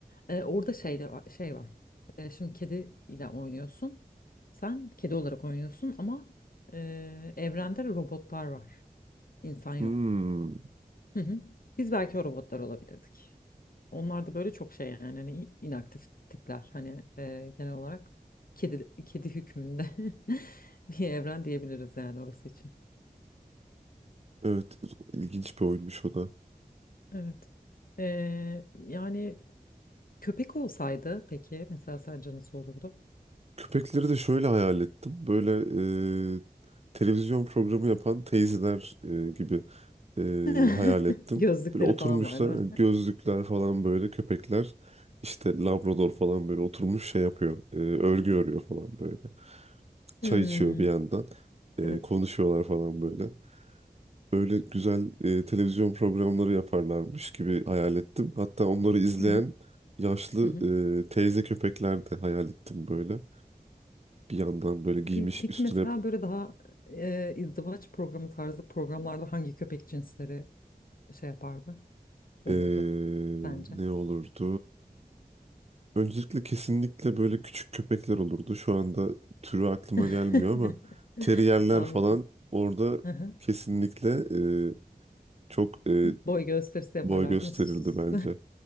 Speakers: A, on the left; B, on the right.
A: eee, orada şeyle var- şey var. Eee, şimdi kedi ile oynuyorsun. Sen kedi olarak oynuyorsun ama eee evrende robotlar var. İnsan yok.
B: Hmm.
A: Hı hı. Biz belki o robotlar olabilirdik. Onlar da böyle çok şey yani hani inaktif tipler. Hani e, genel olarak kedi kedi hükmünde <laughs> bir evren diyebiliriz yani orası için.
B: Evet, ilginç bir oyunmuş o da.
A: Evet. Ee, yani köpek olsaydı peki mesela sence nasıl olurdu?
B: Köpekleri de şöyle hayal ettim. Böyle e, televizyon programı yapan teyzeler e, gibi
A: <laughs>
B: e, hayal ettim.
A: Gözlükleri
B: Böyle oturmuşlar,
A: falan var değil
B: yani
A: mi?
B: gözlükler falan böyle köpekler. İşte Labrador falan böyle oturmuş şey yapıyor. e, örgü örüyor falan böyle. Çay
A: Hmm,
B: içiyor bir yandan. E,
A: evet.
B: konuşuyorlar falan böyle. böyle güzel e, televizyon programları yaparlarmış gibi hayal ettim. Hatta onları izleyen
A: Hı hı,
B: yaşlı
A: hı hı.
B: e, teyze köpekler de hayal ettim böyle. Bir yandan böyle giymiş
A: Pe- Peki
B: üstüne
A: mesela böyle daha e, izdivaç programı tarzı programlarda hangi köpek cinsleri şey yapardı, olurdu
B: e,
A: bence.
B: ne olurdu? Öncelikle kesinlikle böyle küçük köpekler olurdu. Şu anda türü aklıma
A: <laughs>
B: gelmiyor ama teriyerler
A: Anladım.
B: falan orada
A: Hı hı.
B: kesinlikle e, çok e,
A: Boy gösterisi yaparlar
B: boy gösterirdi
A: değil mi? Süs süs. süs.
B: bence.